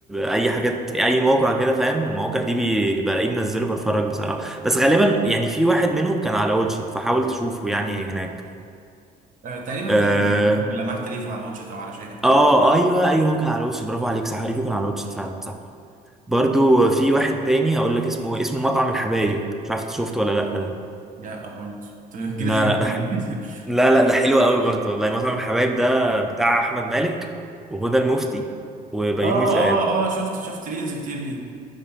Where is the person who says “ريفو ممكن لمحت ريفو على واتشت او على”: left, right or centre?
Right